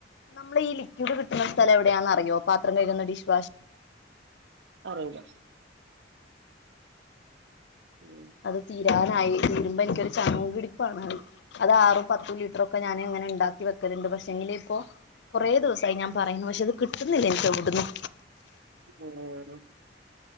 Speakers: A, on the left (about 65°); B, on the right (about 70°).
A: നമ്മളീ ലിക്ഡ് കിട്ട്ന്ന സ്ഥലം എവിടെയാന്നറിയോ? പാത്രം കഴുന്ന ഡിഷ് വാഷ്
B: അറീല ഉം
A: അത് തീരാനായി തീരുമ്പോ എനിക്കൊരു ചങ്കിടിപ്പാണ് അത്. അത് ആറും പത്തും ലിറ്ററൊക്കെ ഞാന് ഇങ്ങനെ ഇണ്ടാക്കി വെക്കല്ണ്ട് പക്ഷെ എങ്കില് ഇപ്പോ. കൊറേ ദിവസായി ഞാ പറയുന്നു പക്ഷെ അത് കിട്ടുന്നില്ല എനിക്ക് എവിടുന്നും.
B: ഉം <unintelligible>